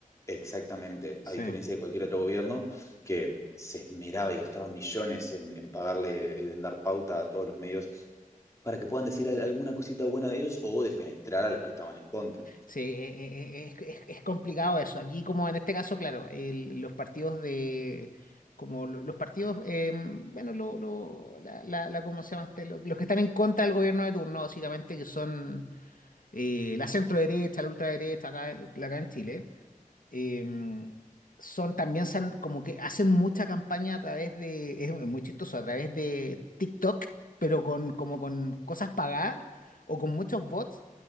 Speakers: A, on the left; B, on the left.
A: Exactamente,
B: Sí,
A: a diferencia de cualquier otro gobierno que se esmeraba y gastaba millones en, en pagarle, en dar pauta a todos los medios para que puedan decir al- alguna cosita buena de ellos o defenestrar a los que estaban en contra.
B: Sí, e- e- e- es, es- es complicado eso. Aquí, como en este caso, claro, el- los partidos de, como lo- los partidos, eh, bueno, lo, lo- la, la, la- ¿cómo se llama este? Lo- Los, que están en contra del gobierno de turno, básicamente, que son eh, la centro derecha, la ultraderecha, acá, acá en Chile, em, son también san- como que hacen mucha campaña a través de, es muy chistoso, a través de TikTok, pero con, como con cosas pagadas o con muchos bots